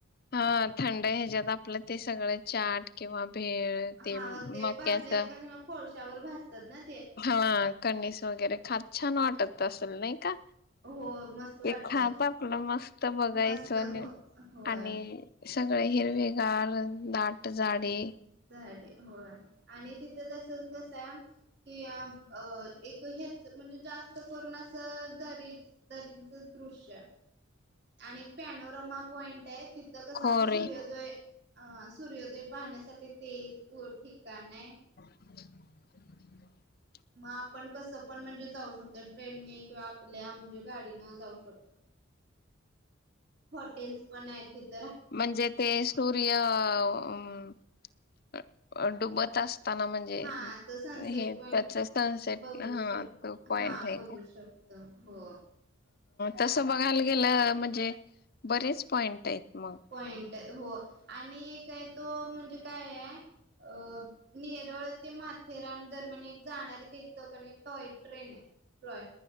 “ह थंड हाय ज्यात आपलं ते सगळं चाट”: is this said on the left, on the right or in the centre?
Left